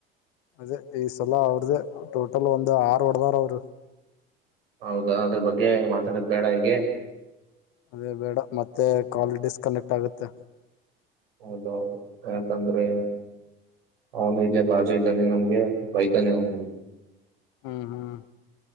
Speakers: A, on the left (about 55°); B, on the right (about 70°).
A: ಅದೇ ಈ ಸಲ ಅವ್ರ್ದ ಟೋಟಲ್ ಒಂದು್ ಆರು ಹೊಡದಾರ ಅವರು
B: ಹೌದಾ ಅದ್ರ ಬಗ್ಗೆ ಮಾತಾಡೋದ ಬೇಡ ಹೀಗೆ
A: ಅದೇ ಬೇಡ ಮತ್ತೆ ಕಾಲ್ ಡಿಸ್ಕನೆಕ್ಟ್ ಆಗುತ್ತೆ
B: ಹೌದೌದು ಯಾಕಂದ್ರೆ ಅವನು ಇಲ್ಲೇ ಬಾಜು ಇದ್ದಾನೆ ನಮ್ಗೆ ಧನ್ಯವಾದ
A: ಹ್ಮ್ ಹ್ಮ್